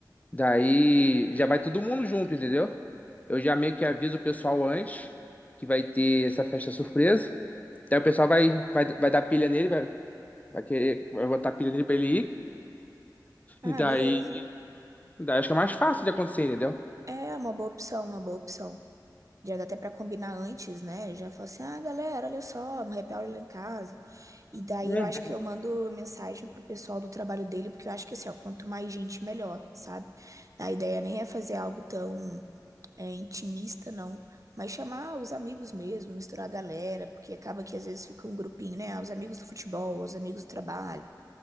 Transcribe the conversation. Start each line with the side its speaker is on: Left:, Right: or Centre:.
Left: Daí já vai todo mundo junto, entendeu? Eu já meio que aviso o pessoal antes que vai ter essa festa surpresa. Daí o pessoal vai, vai, vai dar pilha nele, vai, vai querer, vai botar pilha nele pra ele ir.
Right: Ah,
Left: E daí,
Right: beleza.
Left: daí acho que é mais fácil de acontecer, entendeu?
Right: É uma boa opção, uma boa opção. Já dá até pra combinar antes, né? Já fala assim, ah, galera, olha só, um happy hour lá em casa. E daí
Left: Uhum.
Right: eu acho que eu mando mensagem pro pessoal do trabalho dele, porque eu acho que assim, ó, quanto mais gente, melhor, sabe? A ideia nem é fazer algo tão é, intimista, não. Mas chamar os amigos mesmo, misturar a galera, porque acaba que às vezes fica um grupinho, né? Ah, Os amigos do futebol, os amigos do trabalho